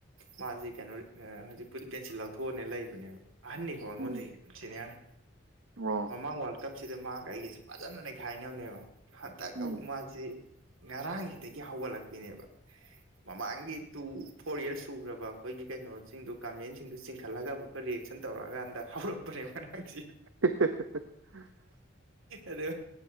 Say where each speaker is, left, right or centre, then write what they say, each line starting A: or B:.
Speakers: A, on the right (about 85°); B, on the right (about 70°).
A: ꯃꯥꯁꯤ ꯀꯩꯅꯣ ꯍꯧꯖꯤꯛꯄꯨꯗꯤ ꯄꯦꯟꯁꯤꯜ ꯂꯧꯊꯣꯛꯑꯅꯦ ꯂꯩꯕꯅꯦꯕ ꯍꯍꯅꯤꯀꯣꯉ
B: ꯎꯝ
A: ꯂꯩ ꯁꯤꯅꯤꯌꯥꯅꯤ
B: ꯑꯣ
A: ꯃꯃꯥꯡ ꯋꯥꯔꯜ ꯀꯞꯁꯤꯗ ꯃꯍꯥꯛꯒ ꯑꯩꯒꯤꯁꯦ ꯐꯖꯅꯅꯦ ꯈꯥꯏꯅꯕꯅꯦꯕ ꯍꯥ ꯇ
B: ꯎꯝ
A: ꯀꯕꯨ ꯃꯥꯁꯤ ꯉꯔꯥꯡꯁꯤꯗꯒꯤ ꯍꯧꯒꯠꯂꯛꯄꯤꯅꯦꯕ ꯃꯥꯥꯡꯒꯤꯦ ꯇꯨ ꯐꯣꯔ ꯌꯔꯁ ꯁꯨꯈ꯭ꯔꯕ ꯑꯩꯈꯣꯏꯒꯤ ꯀꯩꯅꯣꯁꯤꯡꯗꯨ ꯀꯃꯦꯟꯁꯤꯡꯗꯨ ꯆꯤꯡꯈꯠꯂꯒ ꯑꯃꯨꯛꯀ ꯔꯤꯌꯦꯁꯟ ꯇꯧꯔꯛꯑꯀꯥꯟꯗ ꯍꯧꯔꯛꯄꯅꯦ ꯃꯔꯝꯁꯤ
B: <inaudible>
A: ꯑꯗꯨ